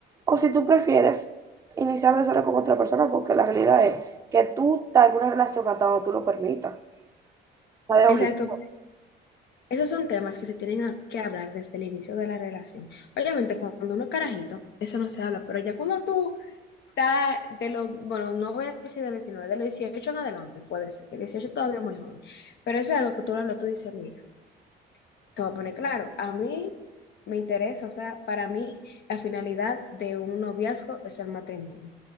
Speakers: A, on the right; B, on the left.
A: o si tú prefieres iniciar de cero con otra persona, porque la realidad es que tú estás en una relación hasta donde tú lo permitas, está de
B: Exacto.
A: obligado.
B: Esos son temas que se tienen a- que hablar desde el inicio de la relación. Obviamente, cuando uno es carajito, eso no se habla, pero ya cuando tú estás de los, bueno, no voy a decir de los 19, de los 18 en adelante, puede ser, que 18 todavía es muy joven, pero eso es algo que tú lo hablas, tú dices, mira. te voy a poner claro, a mí me interesa, o sea, para mí la finalidad de un noviazgo es el matrimonio.